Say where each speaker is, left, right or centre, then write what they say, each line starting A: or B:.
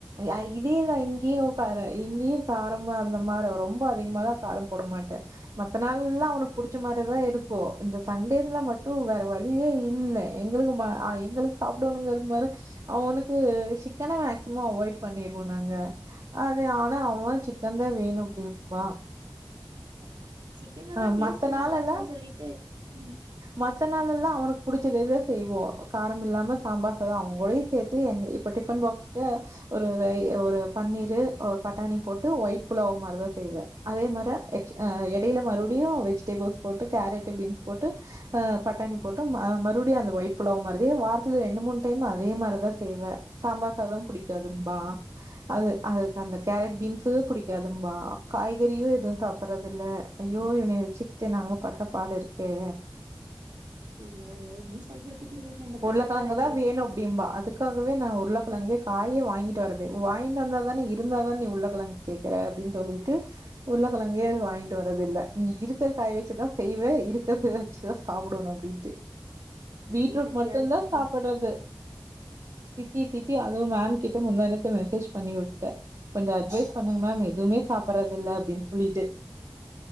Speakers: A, on the right; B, on the right.
A: அ இதே தா இங்கேயு ஒக்கார இங்கேயு காரமா அந்த மாரி ரொம் ரொம்ப அதிகமால காரம் போட மாட்டேன் மத்த நாளெல்லா அவனுக்கு பிடிச்ச மாதிரிதான் இருக்கும் இந்த சண்டேஸ்ல மட்டும் வேற வழியே இல்ல எங்களுக்கு ம அ எங்களுக்கு சாப்பிடுங்க மாரி அவக்கு சிக்கனவ சமா அவாய்ட் பண்ணிடுவோம் நாங்க அதுவ ஆன அவன் சிக்கன்த வேணு அப்படிம்பா
B: ஆமா சிக்கன்லதா
A: அஹ்
B: டேஸ்ட்
A: மத்த நாளெல்லா
B: நல்லா இருக்குன்னு சொல்லிட்டு ம்
A: மத்த நாளெல்லா அவனுக்கு புடிச்சதே தா செய்வோம் காரமில்லாம சாம்பார் சாதம் அவ கூடவே சேர்த்து எங்க இப்போ டிபன் பாக்ஸுக ஒரு ரை ஒரு பன்னீர் ஒரு பட்டாணி போட்டு ஒயிட் புலாவ் மாதிரிதான் செய்வேன் அதே மாரி அஸ் அஹ் இடையில மறுபடியும் வெஜிடபிள்ஸ் போட்டு கேரட் பீன்ஸ் போட்டு அஹ் பட்டாணி போட்டு அஹ் மறுபடியும் அந்த ஒயிட் புலாவ் மாதிரியே வாரத்துல ரெண்டு மூணு டைம் அதே மாதிரிதான் செய்வேன் சாம்பார் சாதம்
B: ம்
A: புடிக்காதுன்பா அது அதுக்கு அந்த கேரட் பீன்ஸ்சே புடிக்காதுன்பா காய்கறியும் எதுவும் சாப் சாப்புறதில்ல ஐயோ இவன வச்சுக்கிட்டு நாங்க படுற பாடு இருக்கே
B: ஐயோ ஒன்னும் சொல்றதுக்கு இல்லைங்க இந்த பசங்கள
A: உருளைக்கிழங்கு
B: வச்சுக்கிட்டு
A: தான் வேணும் அப்படிம்பா அதுக்காகவே நான் உருளக்கெழங்கு காயே வாங்கிட்டு வறது வாங்கிட்டு வந்த தானே இருந்தா தானே நீ உருளக்கெழங்கு கேக்ற அப்படின்னு சொல்லிட்டு உருளக்கெழங்கு ங்கே வாங்கிட்டு வரது இல்ல நீ இருக்கிற காய்ய வச்சுதான் செய்வே இருக்கித வச்சுதான் சாப்டணும் அப்டின்டு
B: அப்டி
A: பீட்ரூட்
B: சித்தியாவது
A: மட்டும்தான்
B: சொல்லிட்டீங்க
A: சாப்புறது திட்டி திட்டி அதும் மேம் கிட முந்தாநேத்தே மெசேஜ் பண்ணி விட்டன் கொஞ்சம் அட்வைஸ் பண்ணுங்க மேம் எதுமே சாப்பறதில்ல அப்டின்னு சொல்லிட்டு